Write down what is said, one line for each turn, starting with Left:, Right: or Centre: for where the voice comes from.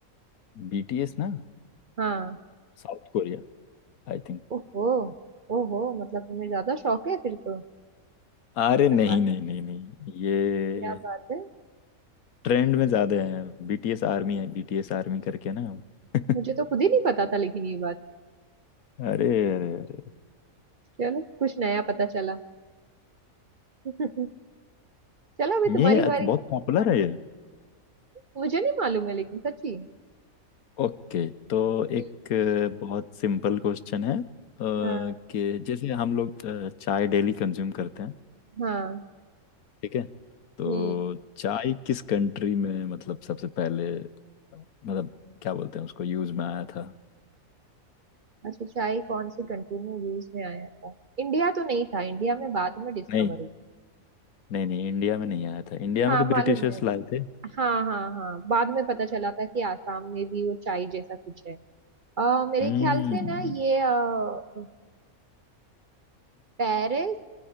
Left: बीटीएस ना
Right: हाँ
Left: South Korea I think
Right: ओहो ओहो मतलब तुम्हें ज्यादा शौक है फिर तो
Left: अरे
Right: क्या
Left: नहीं
Right: बात
Left: नहीं
Right: है
Left: नहीं नहीं ये
Right: क्या बात है
Left: ट्रेंड में ज्यादा है बीटीएस आर्मी है बीटीएस आर्मी करके ना <laughs>
Right: मुझे तो खुद ही नहीं पता था लेकिन ये बात
Left: अरे अरे अरे
Right: चलो कुछ नया पता चला <laughs> चलो अभी तुम्हारी
Left: ये अच-
Right: बारी
Left: बहुत पॉपुलर है ये
Right: मुझे नहीं मालूम है लेकिन सच्ची
Left: ओके तो
Right: हम्म,
Left: एक अ, बहुत सिंपल क्वेश्चन है अ, कि
Right: हाँ
Left: जैसे हम लोग अ, चाय डेली कंज्यूम करते हैं
Right: हाँ
Left: ठीक है तो
Right: हम्म
Left: चाय किस कंट्री में मतलब सबसे पहले मतलब क्या बोलते हैं उसको यूज में आया था
Right: अच्छा चाय कौन सी कंट्री में यूज में आया था इंडिया तो नहीं था इंडिया में बाद में डिस्कवर
Left: नहीं
Right: हुआ
Left: नहीं नहीं इंडिया में नहीं आया था इंडिया
Right: हाँ
Left: में तो
Right: मालूम
Left: ब्रिटिशर्स
Right: है
Left: लाए थे
Right: हाँ हाँ हाँ बाद में पता चला था कि आसाम में भी वो चाय जैसा कुछ है अ, मेरे
Left: हम्म
Right: ख्याल से ना ये अ, पेरिस